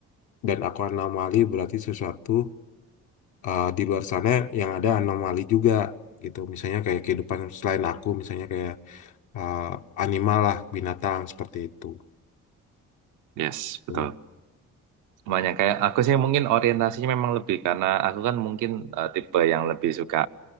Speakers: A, on the left; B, on the right.
A: dan aku anomali berarti sesuatu eh, di luar sana yang ada anomali juga gitu misalnya kayak kehidupan selain aku misalnya kayak eh, animal lah binatang seperti itu
B: Yes, betul.
A: Tuh.
B: Makanya kayak aku sih mungkin orientasinya memang lebih karena aku kan mungkin eh, tipe yang lebih suka